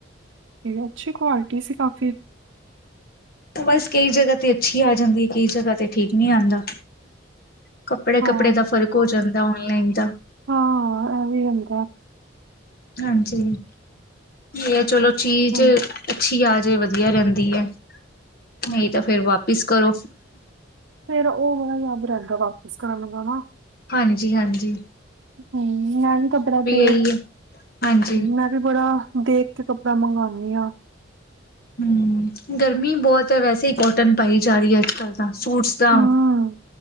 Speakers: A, on the right (about 70°); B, on the left (about 50°).
A: ਅੱਛੀ ਕੁਆਲਟੀ ਸੀ ਕਾਫੀ।
B: ਬੱਸ ਕਈ ਜਗਾ ਤੇ ਅੱਛੀ ਆ ਜਾਂਦੀ ਏ ਕਈ ਜਗਾ ਤੇ ਠੀਕ ਨਈ ਆਂਦਾ। ਕੱਪੜੇ
A: ਹਾਂ
B: ਕੱਪੜੇ ਦਾ ਫਰਕ ਹੋ ਜਾਂਦਾ ਓਂਨਲਾਈਨ ਦਾ।
A: ਹਾਂਅ ਏ ਵੀ ਹੁੰਦਾ।
B: ਹਾਂਜੀ ਇਹ ਚਲੋ ਚੀਜ਼
A: ਹਾਂ
B: ਅੱਛੀ ਆ ਜੇ ਵਧੀਆ ਰਹਿੰਦੀ ਹੈ
A: ਹਾਂ
B: ਨਹੀਂ ਤਾਂ ਫ਼ੇਰ ਵਾਪਿਸ ਕਰੋ।
A: ਫ਼ੇਰ ਉਹ ਬੜਾ ਯਾਦ ਰਹਿੰਦਾ ਵਾਪਸ ਕਰਨ ਲੱਗਾ ਨਾ।
B: ਹਾਂਜੀ ਹਾਂਜੀ।
A: ਮੈ ਵੀ ਕੱਪੜਾ ਦੇਖ
B: ਇਹੀ ਹੈ ਹਾਂਜੀ
A: ਮੈਂ ਵੀ ਬੜਾ ਦੇਖ ਤੇ ਕੱਪੜਾ ਮੰਗਾਨੀ ਆ।
B: ਹੂੰ ਗਰਮੀ ਬਹੁਤ ਹ ਵੈਸੇ ਹੀ ਕੋਟਨ ਪਾਈ ਜਾ ਰਹੀ ਹੈ ਅੱਜ ਕੱਲ। ਤਾਂ ਸੂਟਸ ਤਾਂ
A: ਹਮ